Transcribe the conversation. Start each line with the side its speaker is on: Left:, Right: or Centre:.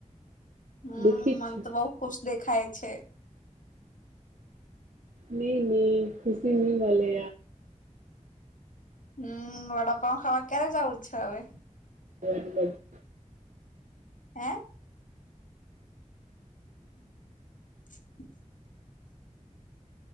Left: હમ
Right: દુઃખી જ
Left: મન
Right: છું
Left: તો બઉુ ખુશ દેખાય છે.
Right: નહી નહી ખુશી નહી મળલે.
Left: હમ વડાપાઉ ખાવા ક્યારે જવું છે. હવે
Right: હ <inaudible>
Left: હે <unintelligible> <unintelligible>